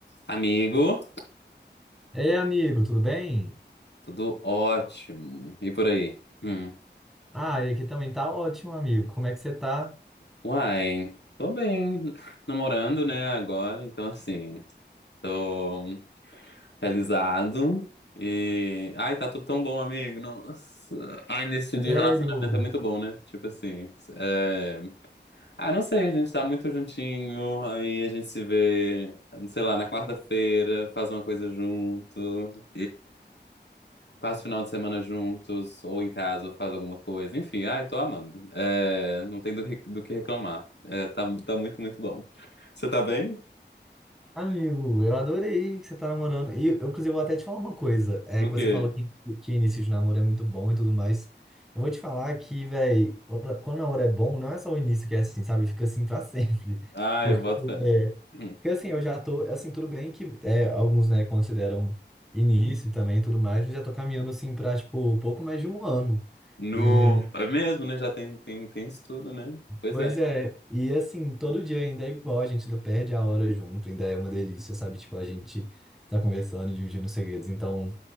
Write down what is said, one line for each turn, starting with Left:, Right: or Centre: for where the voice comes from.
Left: Amigo,
Centre: Ei, amigo, tudo bem?
Left: tudo ótimo. E por aí? Hum.
Centre: Ah, e aqui também tá ótimo, amigo. Como é que você tá?
Left: Uai, tô bem. Namorando, né, agora, então assim, tô realizado. E. Ai, tá tudo tão bom, amigo. Nossa. Ai, início de
Centre: Sério?
Left: relacionamento é muito bom, né? Tipo assim. é, Ah, não sei, a gente tá muito juntinho, aí a gente se vê, sei lá, na quarta-feira, faz uma coisa junto. Passa o final de semana juntos, ou em casa, ou faz alguma coisa. Enfim, ai, tô amando. É, não tem do, re- do que reclamar. É, tá, tá muito, muito bom. Você tá bem?
Centre: Amigo, eu adorei que você tá namorando. E, eu, inclusive, vou até te falar uma coisa. É
Left: O
Centre: que
Left: quê?
Centre: você falou que, que início de namoro é muito bom e tudo mais. Eu vou te falar que, velho, quando o namoro é bom, não é só o início que é assim, sabe? Fica assim pra <laughs> sempre.
Left: Ai,
Centre: Porque,
Left: eu boto fé.
Centre: é,
Left: <clears throat> Hum.
Centre: porque assim, eu já tô... Assim, tudo bem que é, alguns, né, consideram início também e tudo mais, mas já tô caminhando, assim, pra, tipo, pouco mais de um ano.
Left: No.
Centre: E...
Left: É mesmo, né? Já tem, tem, tem isso tudo, né? Pois
Centre: Pois
Left: é.
Centre: é, e assim, todo dia ainda é igual, a gente não perde a hora junto, ainda é uma delícia, sabe? Tipo, a gente tá conversando, e dividindo segredos. Então,